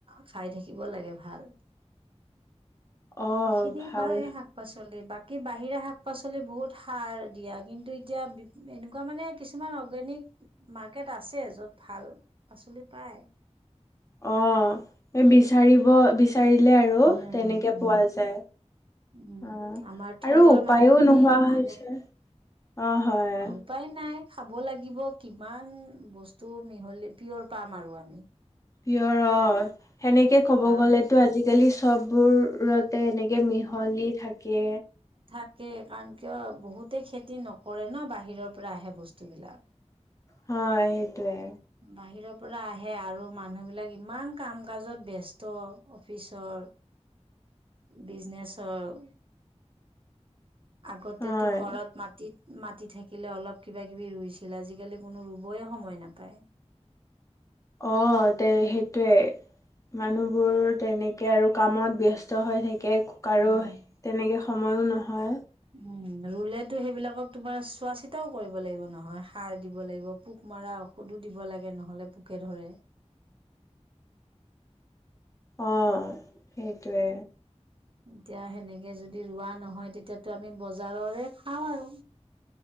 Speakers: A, on the right; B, on the left.
A: খাই থাকিব লাগে ভাল।
B: অ',
A: সেইখিনি
B: ভাল
A: হয় শাক-পাচলি বাক কি', বাহিৰা শাক-পাচলি বহুত সাৰ দিয়া। কিন্তু এতিয়া এনেকুৱা মানে কিছুমান অৰ্গেনিক মাৰ্কেট আছে, য'ত ভাল পাচলি পায়।
B: অ', সেই বিচাৰিব-বিচাৰি লে
A: উম
B: আৰু তেনেকে
A: উম
B: পোৱা যায়, অ',
A: উম', আমাৰ
B: আৰু
A: থলুৱা
B: উপায়ো
A: মানুহখিনি
B: নোহোৱা হৈছে
A: আনে।
B: অ', হয়।
A: অ উপায় নাই খাব লাগিব, কিমান বস্তু মিহলি পিয়ৰ পাম আৰু আমি।
B: পিয়ৰ অ', সেনেকে ক'ব
A: কাৰণ
B: গ'লেতো আজিকালি, চববোৰতে, এনেকে মিহলি থাকে।
A: থাকে। কাৰণ কিয় বহুতে খেতি নকৰে ন', বাহিৰৰ পৰা আহে বস্তুবিলাক।
B: হয় সেইটোৱে
A: বাহিৰত পৰা আহে আৰু মানুহবিলাক ইমান কাম কাজত ব্যস্ত অফিচৰ বিজনেচৰ আগতেতো
B: হয়,
A: ঘৰত মাটিত মাটি থাকিলে অলপ কিবা কিবি ৰুইছিলে আজিকালি কোনো ৰুবয়ে সময় নাপায়
B: অ তে সেই সেইটোৱে মানুহবোৰ তেনেকে আৰু কামত ব্যস্ত ব্যস্ত হৈ থাকে কাৰো
A: উম
B: তেনেকে সময়ো নহয়
A: উম ৰুলেতো সেইবিলাকক তোমাৰ চোৱা চিতাও কৰিব লাগিব নহয় সাৰ দিব লাগিব পোক মৰা ঔষধো দিব লাগে নহলে পোকে ধৰে
B: অ সেইটোৱে
A: এতিয়া সেনেকে যদি ৰোৱা নহয় তেতিয়াতো আমি বজাৰৰে খাও আৰু